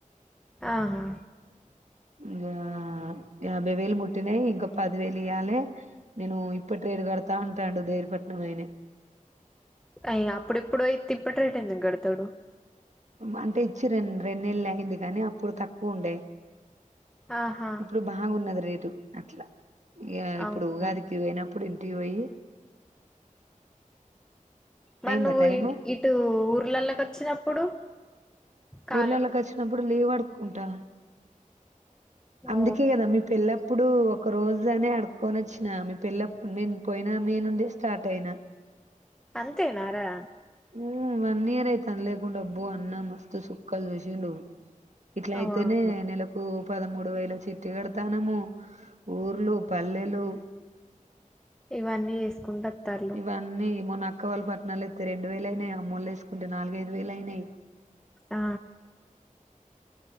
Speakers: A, in the centre; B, on the right.
A: ఆహా
B: ఇంకా యాభై వేలు ముట్టినయి ఇంకా పదివేలు ఇయాలి నేను ఇప్ప ట్రేడ్ కడతా ఉంటాడు దేరిపట్నం అయినా
A: అయ అప్పుడప్పుడు తింప్పటి రెట్ ఎందుకు కడ్తవ్ నువ్వు
B: అంటే ఇచ్చి రెండ్ రెండు నెళ్లు అయింది గానీ అప్పుడు తక్కువ ఉండే
A: ఆహా
B: ఇప్పుడు బాగున్నది రేటు అట్లా ఈగ
A: అవునా
B: ఇప్పుడు ఊగాదికి పోయి నా అపుడు ఇంటికి పోయి
A: మరీ
B: అయిందా
A: నువ్వు
B: టైము
A: ఇటు ఊర్లలోకి వచ్చినప్పుడు కాలే
B: ఊర్లలోకి వచ్చినప్పుడు లీవ్ కుంటా అందుకే
A: ఓ
B: కదా మీ పెళ్లి ఇప్పుడు ఒక రోజు అనే అడుకోొని వచ్చిన మీ పిల్లప్పుడు నేను పోయినా మీేనుండే స్టార్ట్ అయినా
A: అంతేనారా
B: ఉ వన్ ఇయర్ అయితంది లేకుంటే అబ్బో అన్న మస్తుత్ సుక్ కల్ శుసిండు ఇట్లా అయితేనే
A: వామ్మో
B: నెలకు పదమూడు వేల చిట్టు కడతానము ఊర్లు పల్లెలు
A: ఇవన్నీ చేసుకుంట వత్తాళ్ళు
B: ఇవన్నీ మనా అక్క వాళ్ళ పట్నాణాలుస్తతే రెండు వేలు అయినాయి అమ్మళ్లు వేసుకుంటే నాలుగైదుేలు అయినాయి
A: ఆ